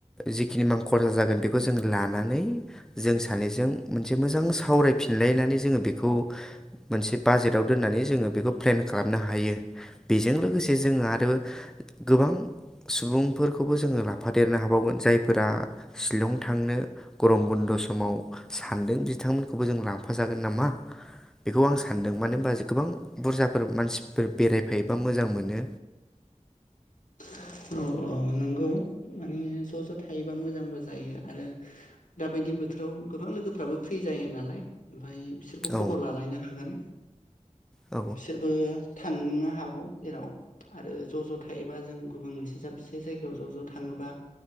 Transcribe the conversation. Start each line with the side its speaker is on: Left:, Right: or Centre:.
Centre: जिखिनि मां खरसा जागोन बेखौ जों लानानै जों सानैजों मोनसे मोजां सावरायफिनलायनानै जोङो बेखौ मोनसे बाजेटाव दोननानै जोङो बेखौ प्लेन खालाम नो हायो बेजों लोगोसे जोंङो आरो गोबां सुबुंफोरखौबो जोङो लाफादेरनो हाबावगोन जायफोरा शिलं थांनो गरम बन्द' समाव सानदों बिथांमोनखौबो जों लांफाजागोन नामा? बेखौ आं सानदों मानो होनबा गोबां बुरजाफोर मानसिफोर बेरायफायोबा मोजां मोनो
Left: औ औ नोंगौ माने ज' ज' थायोबा मोजांबो जायो आरो दााबायदि बोथोराव गोबां लोगोफ्राबो फ्रि जायो नालाय ओमफाय बिसोरखौ
Centre: औ
Left: खबर लालायनो हागोन
Centre: औ
Left: बिसोरबो थांनो हागौ जेराव आरो ज' ज' थायोबा जों गुबुन मोनसे जाबसे जायगायाव ज' ज' थाङोबा